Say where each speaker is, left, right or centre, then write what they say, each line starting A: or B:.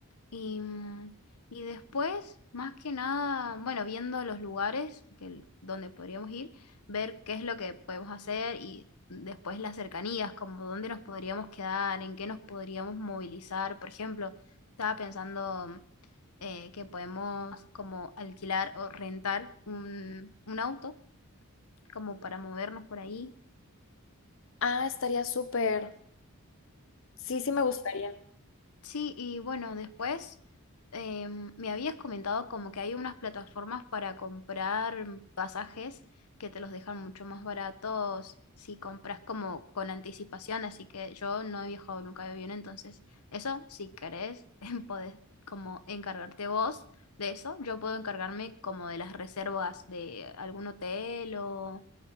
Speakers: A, on the left; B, on the left.
A: Y, mm, y después, más que nada, bueno, viendo los lugares que, donde podríamos ir, ver qué es lo que podemos hacer y después las cercanías, como dónde nos podríamos quedar, en qué nos podríamos movilizar. Por ejemplo, estaba pensando mm, eh, que podemos como alquilar o rentar un, un auto como para movernos por ahí.
B: Ah, estaría súper. Sí, sí me gustaría.
A: Sí, y bueno, después em, me habías comentado como que hay unas plataformas para comprar pasajes que te los dejan mucho más baratos si compras como con anticipación, así que yo no he viajado nunca de avión, entonces eso, si querés, <laughs> podés como encargarte vos de eso. Yo puedo encargarme como de las reservas de algún hotel o,